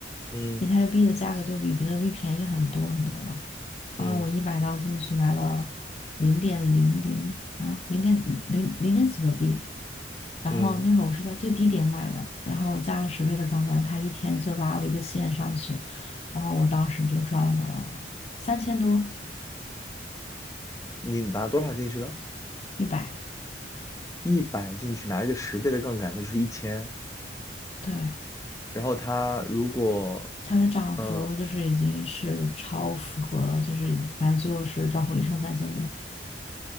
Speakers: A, on the left (about 20°); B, on the left (about 35°).
A: 嗯
B: 以太币的价格就比比特币便宜很多很多吧。然后我一百刀进去买了零点零零啊，
A: 嗯
B: 零点零零点几个币，然后那会儿我是在最低点买的，
A: 嗯，
B: 然后我加了十倍的杠杆，它一天就拉了一个线上去，然后我当时就赚了三千多
A: 你拿多少进去的？
B: 一百，
A: 一百进去拿一个十倍的杠杆，那就是一千。
B: 对。
A: 然后他如果
B: 它的涨幅就是已经是超符合了，
A: 呃
B: 就是反正最后是账户里剩三千多，